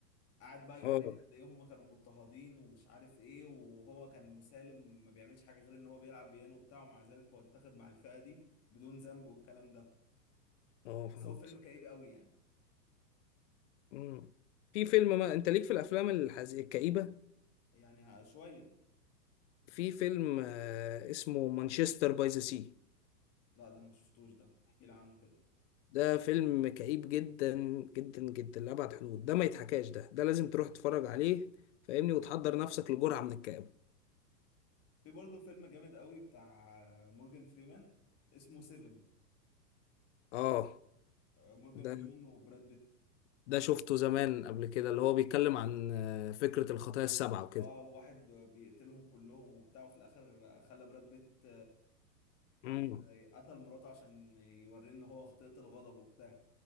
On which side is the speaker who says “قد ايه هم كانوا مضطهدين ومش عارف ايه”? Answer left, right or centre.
Left